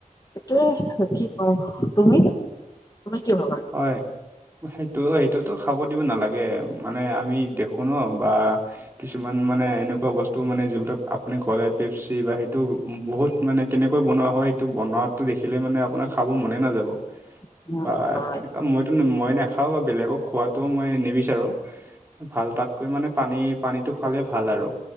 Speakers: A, on the left; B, on the right.
A: এইটোৱে কি হয়, তুমি তুমি কি ভবা?
B: হয়, সেইটো সেইটোতো খাব দিব নালাগে মানে আমি দেখো শুন বা কিছুমান মানে এনেকুৱা ব তো মানে যিবিলাক আপুনি ক'লে পেপচি বা সেইটো বহুত মানে কেনেকৈ বনোৱা হয় সেইটো বনোৱাত টো দেখিলে মানে আপোনাৰ খাব মনে নাযাব।
A: <unintelligible>
B: বা
A: হয়
B: তেনেকুৱা মইতো মই নাখাও বা বেলেগক খোৱাতটো মই নিবিচাৰো। ভাল তাতকৈ মানে পানী পানীটো খালে ভাল আৰু।